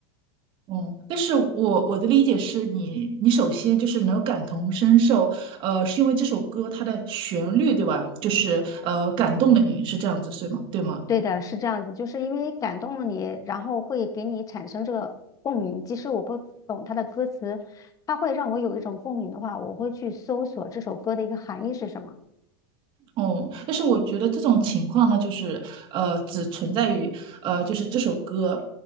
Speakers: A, on the right (about 40°); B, on the left (about 25°).
A: 嗯，但是我我的理解是你，你首先就是能感同身受，呃，是因为这首歌它的旋律，对吧？就是呃感动了你，是这样子，对吗？对吗？
B: 对的，是这样子，就是因为感动了你，然后会给你产生这个共鸣。即使我不懂它的歌词，它会让我有一种共鸣的话，我会去搜索这首歌的一个含义是什么。
A: 哦、但是我觉得这种情况呢，就是呃只存在于呃就是这首歌